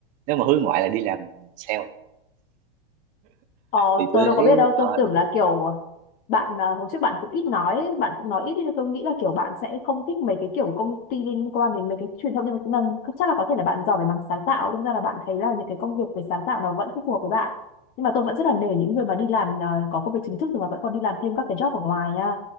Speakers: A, on the right (about 30°); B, on the left (about 30°).
A: nếu mà hướng ngoại là đi làm sale
B: Ờ,
A: thì
B: tôi
A: tôi
B: đâu có
A: thấy
B: biết đâu,
A: ờ,
B: tôi tưởng
A: đúng
B: là kiểu bạn à, hồi trước bạn cũng ít nói, ấy, bạn cũng nói ít ấy, nên tôi nghĩ là kiểu bạn sẽ không thích mấy cái kiểu công ty liên quan đến mấy cái truyền thông nhưng mà cũng là, chắc là có thể là bạn giỏi về mảng sáng tạo, đâm ra là bạn thấy là những cái công việc về sáng tạo nó vẫn phù hợp với bạn. Nhưng mà tôi vẫn rất là nể những người mà đi làm à, có công việc chính thức rồi mà vẫn còn đi làm thêm các cái job ở ngoài nha.